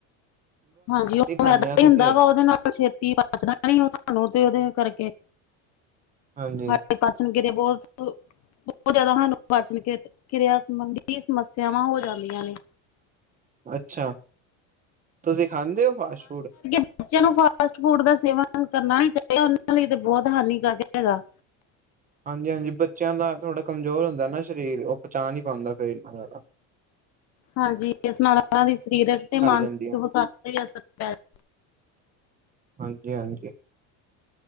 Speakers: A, on the left (about 45°); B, on the right (about 20°).
A: ਹਾਂਜੀ, ਉਹ
B: ਖਾਂਦੇ
A: ਮੈਦਾ
B: ਹਾਂ ਅਸੀਂ
A: ਹੀ ਹੁੰਦਾ
B: ਤੇ
A: ਵਾ, ੳਦੇ ਨਾਲ ਛੇਤੀ ਪਚਦਾ ਨੀ, ੳ ਸਾਨੂੰ ਤੇ ੳਦੇ ਕਰਕੇ
B: ਹਾਂਜੀ।
A: ਸਾਡੇ ਪਾਚਨ ਕਿਰਤਾਂ ਬੋਤ ਬਹੁਤ ਜਾਦਾ ਸਾਨੂੰ ਪਾਚਨ ਕਿ ਕਿਰਆ ਸੰਬੰਧੀ ਸਮੱਸਆਵਾਂ ਹੋ ਜਾਂਦੀਆਂ ਨੇ।
B: ਅੱਛਾ, ਤੁਸੀ ਖਾਂਦੇ ੳ ਫਾਸਟ ਫੂਡ?
A: ਬੱਚੇਆਂ ਨੂੰ ਫਾਸਟ ਫੂਡ ਦਾ ਸੇਵਨ ਕਰਨਾ ਨਈ ਚਾਈਦਾ, ੳਨਾਂ ਲਈ ਤੇ ਬੋਤ ਹਾਨੀਕਾਰਕ ਹੈਗਾ।
B: ਹਾਂਜੀ, ਹਾਂਜੀ ਬੱਚੇਆਂ ਦਾ ਥੋੜਾ ਕਮਜੋਰ ਹੁੰਦਾ ਨਾ ਸਰੀਰ, ੳਹ ਪਚਾ ਨੀ ਪਾਂਦਾ ਫੇਰ ਏਨਾ ਜਾਦਾ। <inaudible>
A: ਹਾਂਜੀ, ਇਸ ਨਾਲ ੳਨਾ ਦੀ ਸਰੀਰਕ ਤੇ ਮਾਨਸਿਕ
B: ਜਾਂਦੀਆਂ
A: ਵਿਕਾਸ ਤੇ ਅਸਰ ਪੇ ਜਾਂਦਾ।
B: ਹਾਂਜੀ ਹਾਂਜੀ।